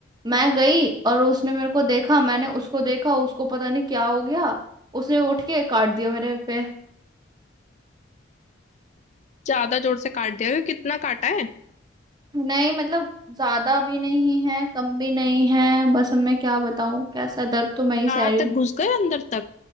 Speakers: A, on the right (about 20°); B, on the left (about 35°).
A: मैं गई और उसने मेरे को देखा मैंने उसको देखा उसको पता नहीं क्या हो गया उसने उठ के काट दिया मेरे पे
B: ज्यादा जोर से काट दिया क्यों? कितना काटा है
A: नहीं मतलब ज्यादा भी नहीं है कम भी नहीं है बस अब मैं क्या बताऊं कैसा दर्द तो मैं ही
B: दांत
A: सह रही हूँ
B: तक घुस गए अंदर तक